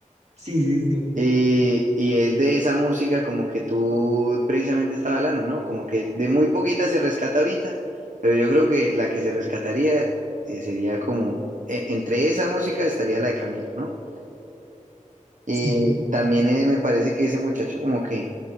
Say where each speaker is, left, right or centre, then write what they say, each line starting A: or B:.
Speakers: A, on the right; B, on the right.
A: Sí, sí, sí, sí,
B: Y, y es de esa música como que tú precisamente estaba hablando, ¿no? Como que de muy poquita se rescata ahorita, pero yo creo que la que se rescataría eh, sería como, eh, entre esa música estaría la de Camilo, ¿no? Eh,
A: sí.
B: también eh, me parece que ese muchacho como que